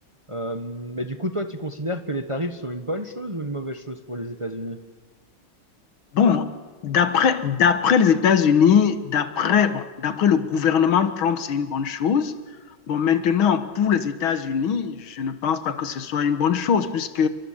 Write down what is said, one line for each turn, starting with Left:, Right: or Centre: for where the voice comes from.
Right: Euh, mais du coup, toi, tu considères que les tarifs sont une bonne chose ou une mauvaise chose pour les États-Unis?
Left: Bon, d'après d'après les États-Unis, d'après bon, d'après le gouvernement Trump, c'est une bonne chose. Bon, maintenant, pour les États-Unis, je ne pense pas que ce soit une bonne chose, puisque